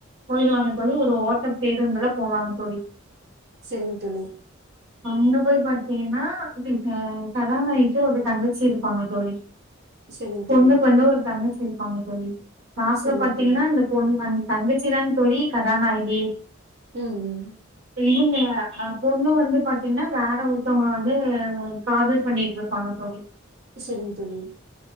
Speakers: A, on the right (about 75°); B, on the right (about 50°).
A: போயிடுவாங்க தோழி ஒரு ஓட்டம் பேருந்துல போவாங்க தோழி
B: சேரிங் தோழி
A: அங்க போய் பாத்தீங்னா உத்தே த கதாநாயகிக்கு ஒரு தங்கச்சி இருப்பாங்க தோழி
B: சரிங்க
A: பொண்ணுக்கு
B: தோழி
A: வந்து ஒரு தங்கச்சி இருப் பாங்க ஆமா தோழி லாஸ்ட்ல
B: சரிங்க
A: பாத்தீங்னா
B: தோழி
A: அந்த பொண்ணு அந்த தங்கச்சிதா தோழி கதாநாயகி
B: ம் ம்
A: இல்லங்க பொண்ணு வந்து பாத்தீங்னா வேற ஒருத்தவங்கள வந்து காதல் பண்ணிட்டு இருப்பாங்க தோழி
B: சேரிங் தோழி